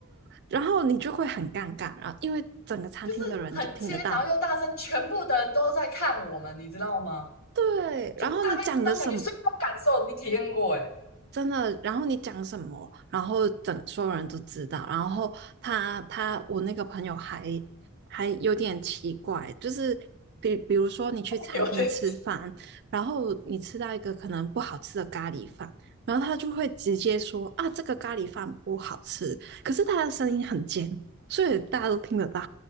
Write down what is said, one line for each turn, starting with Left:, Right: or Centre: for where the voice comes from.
Right: 然后你就会很尴尬，然后因为整个餐厅的人都听得到。
Left: 就是很尖，然后又大声，全部的人都在看我们，你知道吗？
Right: 对，
Left: 就大概是那种感觉，
Right: 然后你讲的什么，
Left: 所以我感受你体验过，哎，
Right: 真的，然后你讲什么，然后整所有人都知道。然后他他我那个朋友还还有点奇怪，就是比比如说你去餐厅吃饭，
Left: <laughs> 有点
Right: 然后你吃到一个可能不好吃的咖喱饭，然后他就会直接说啊这个咖喱饭不好吃，可是他的声音很尖，所以大家都听得到。